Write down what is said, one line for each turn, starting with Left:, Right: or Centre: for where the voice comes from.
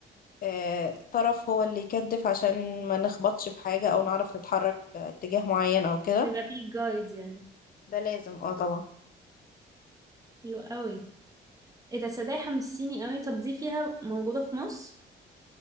Left: آه، طرف هو اللي يكدف عشان ما نخبطش في حاجة أو نعرف نتحرك آه، اتجاه معين أو كده
Right: يبقى فيه جايد يعني
Left: ده لازم اه طبعا
Right: حلو قوي ايه ده صدقني حمسيني قوي طب دي فيها موجوده في مصر